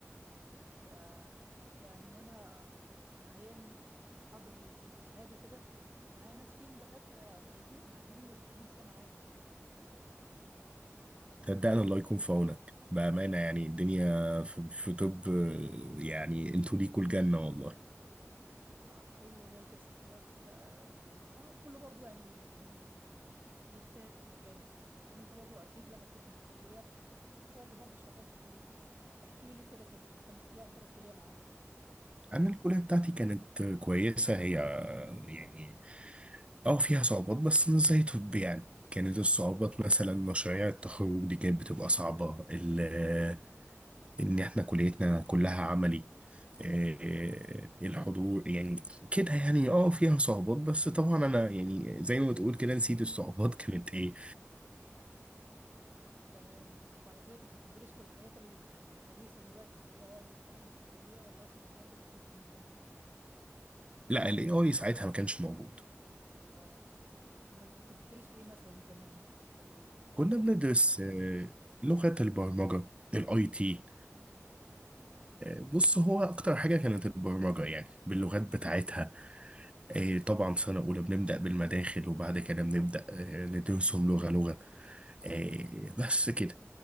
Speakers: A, on the right; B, on the right.
A: آه يعني أنا حاليا بحضر لشهادة كده معايا ناس فيهم دكاترة معديين معديين ال 40 سنة عادي
B: صدقني الله يكون في عونك بأمانة يعني الدنيا في, في طب يعني انتوا ليكوا الجنة والله
A: آه، حبيبي والله تسلم بس آه، ما كله برضو يعني بي بيجتهد في مكانه يعني انت برضو اكيد لما كنت في الكلية كنت بتواجه برضو صعوبات كتير احكي لي كده كنت كانت ايه اخبار الكلية معاك
B: أنا الكلية بتاعتي كانت كويسة هي يعني اه فيها صعوبات بس مش زي طب يعني كانت الصعوبات مثلا مشاريع التخرج دي كانت بتبقى صعبة ال- إن احنا كليتنا كلها عملي آه، الحضور يعني كده يعني اه فيها صعوبات بس طبعا انا يعني زي ما بتقول كده نسيت الصعوبات كانت ايه
A: تمام وعلى كده كنت بتدرسوا الحاجات ال- الحديثة دلوقتي الاي اي والكلام ده في الكلية ولا اصلا الكلام ده ما كانش موجود
B: لا الاي اي ساعتها ما كانش موجود
A: اه امال كنت بتدرسوا ايه مثلا زمان في ال...
B: كنا
A: في
B: بندرس
A: حاسبات
B: آه، لغة البرمجة الاي تي بص هو اكتر حاجة كانت البرمجة يعني باللغات بتاعتها آه، طبعا سنة اولى بنبدأ بالمداخل وبعد كده بنبدأ آه، ندرسهم لغة لغة آه، بس كده